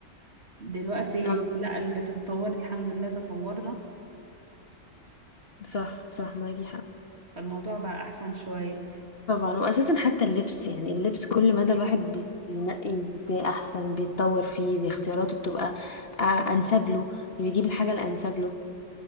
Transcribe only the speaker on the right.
دلوقتي
لا ال- بتتطوري الحمد لله تطورنا
فالموضوع بقى احسن شوية